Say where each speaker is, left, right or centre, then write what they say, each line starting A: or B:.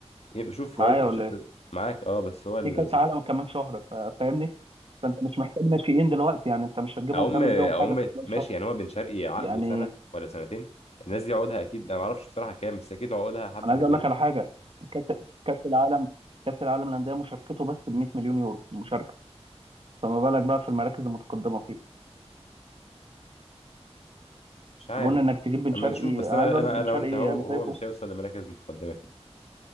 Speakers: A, on the left (about 70°); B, on the right (about 55°).
A: يبقى شوف
B: معايا
A: هو يبقى
B: ولا
A: ش-
B: ايه
A: معاك اه بس هو الز-
B: في كأس عالم كمان شهر ف... فاهمني فانت مش محتاج ناشئين دلوقتي يعني انت مش هتجيبهم
A: اقوم
B: تعمل
A: اقوم
B: بيهم حاجة في خلال
A: ماشي
B: شهر
A: يعني هو بن شرقي عقده
B: يعني
A: سنه ولا سنتين الناس دي عقودها اكيد انا ما اعرفش بصراحه كام بس اكيد عقودها حبه
B: انا عايز
A: حلوين
B: اقول لك على حاجة كأس كأس العالم كأس العالم للأندية مشاركته بس ب 100 مليون يورو المشاركة فما بالك بقى في المراكز المتقدمة فيه
A: مش عارف
B: اظن انك تجيب بن
A: اما
B: شرقي
A: نشوف بس
B: انا
A: انا
B: عايز اقول
A: انا
B: لك بن
A: انا
B: شرقي
A: وانت اهو
B: انا
A: هو
B: شايفه
A: مش هيوصل لمراكز متقدمه فيه